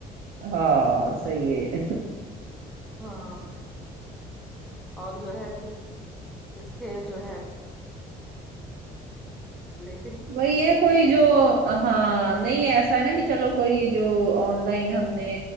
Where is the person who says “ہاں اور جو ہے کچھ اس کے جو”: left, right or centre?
Centre